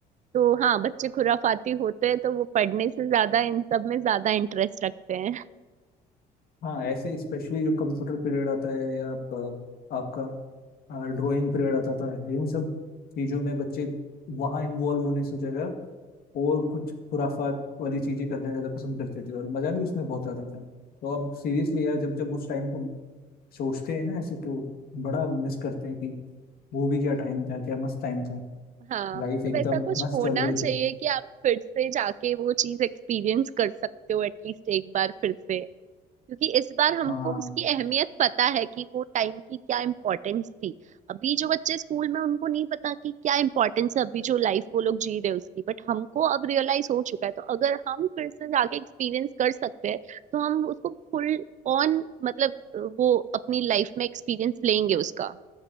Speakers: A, on the right; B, on the left.
A: तो हाँ बच्चे खुराफाती होते हैं तो वो पढ़ने से ज्यादा इन सब में ज्यादा इंटरेस्ट रखते हैं
B: हाँ ऐसे स्पेशली जो कंप्यूटर पीरियड आता है या ब- आपका ड्राइंग पीरियड आता था इन सब चीजों में बच्चे वहाँ इन्वॉल्व होने से जगह और कुछ खुराफात वाली चीजें करना ज्यादा पसंद करते थे और मजा भी उसमें बहुत आता था तो अब सीरियसली यार जब जब उस टाइम को सोचते हैं ना ऐसे तो बड़ा मिस करते हैं कि वो भी क्या टाइम था क्या मस्त टाइम था
A: हाँ
B: लाइफ
A: मतलब
B: एकदम
A: ऐसा कुछ
B: मस्त
A: होना
B: चल रही
A: चाहिए
B: थी
A: कि आप फिर से जाके वो चीज एक्सपीरियंस कर सकते हो एटलीस्ट एक बार फिर से क्योंकि इस बार हमको
B: हाँ
A: उसकी अहमियत पता है कि वो टाइम की क्या इम्पोर्टेंस थी अभी जो बच्चे स्कूल में उनको नहीं पता कि क्या इम्पोर्टेंस है अभी जो लाइफ वो लोग जी रहे हैं उसकी बट हमको अब रियलाइज हो चुका है तो अगर हम फिर से जाके एक्सपीरियंस कर सकते हैं तो हम उसको फुल ऑन मतलब वो अपनी लाइफ में एक्सपीरियंस लेंगे उसका